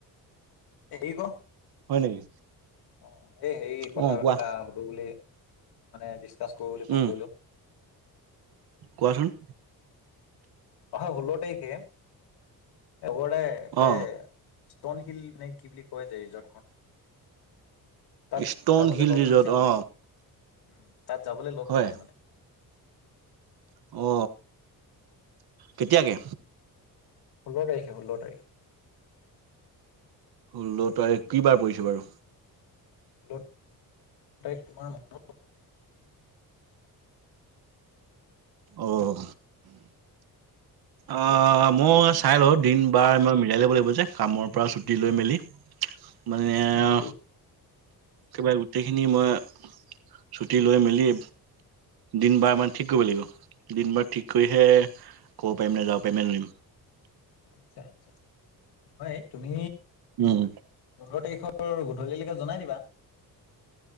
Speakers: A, on the left (about 85°); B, on the right (about 75°).
A: এটি গ।
B: হয় নেকি।
A: অ এই হে কথা
B: অ কোৱা
A: এটা সুধো বুলি মানে ডিচকাচ কৰো বুলি ফোন
B: উম
A: কৰিলো।
B: কোৱাচোন?
A: আহা হোল্ল তাৰিখে এগবদাই এইফালে
B: অ
A: ষ্টনশিল নে কি বুলি কোৱা যে ৰিজৰ্টখন তাত
B: ষ্টন
A: যাবলে
B: হিল
A: লগ
B: ৰিজৰ্ট
A: ধৰিছে মানে।
B: অ
A: উম, তাত যাবলে লগ
B: হয়
A: ধৰিছে মানে।
B: অ। কেতিয়াকে?
A: ষোল্ল তাৰখে ষোল্ল তাৰিখে।
B: ষোল্ল তাৰিখ কি বাৰ পৰিছে বাৰু?
A: <unintelligible> তাৰিখ তোমাৰ মানত
B: অহ। অঁ মই চাই লওঁ দিন বাৰ মই মিলাই ল'ব লাগিব যে কামৰ পৰা ছুটি লৈ মেলি। মানে
A: অ সেইটো
B: আ একেবাৰে গোটেইখিনি মই ছুটি লৈ মেলি দিন বাৰ মান ঠিক কৰিব লাগিব, দিন বাৰ ঠিক কৰিহে ক'ব পাৰিম নে যাব পাৰিম নে নোৱাৰিম।
A: আচ্ছা আচ্ছা, হয় তুমি
B: উম।
A: পোন্ধৰ তাৰিখৰ গধূলিলেকে জনাই দিবা।